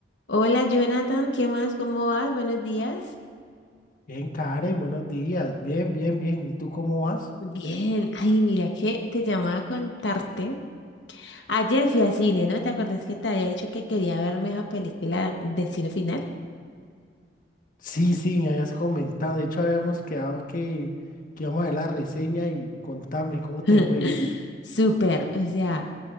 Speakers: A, on the left; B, on the left.
A: Hola Jonathan, ¿qué más? ¿Cómo vas? Buenos días.
B: Bien, Karen, buenos días. Bien, bien, bien. ¿Y tú cómo vas?
A: Bien, ay, mira que te llamaba a contarte. Ayer fui a cine, ¿no? ¿Te acuerdas que te había dicho que quería verme esa película Destino Final?
B: Sí, sí, me habías comentado. De hecho, habíamos quedado que, que íbamos a ver la reseña y contame cómo
A: <laughs>
B: te fue.
A: Súper, o sea,